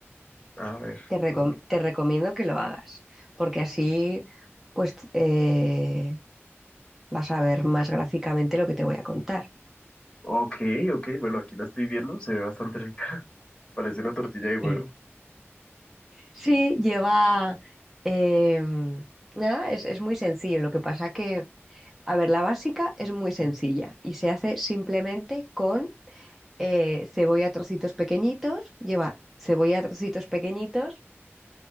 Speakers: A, on the left (about 15°); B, in the centre.
A: A ver,
B: Te recom-
A: tor-
B: te recomiendo que lo hagas, porque así pues eh, vas a ver más gráficamente lo que te voy a contar.
A: Ok, ok, bueno, aquí la estoy viendo, se ve bastante rica. <laughs> Parece una tortilla de huevo.
B: Sí. Sí, lleva... em, nada, es, es muy sencillo. Lo que pasa que, a ver, la básica es muy sencilla y se hace simplemente con eh, cebolla a trocitos pequeñitos, lleva cebolla a trocitos pequeñitos,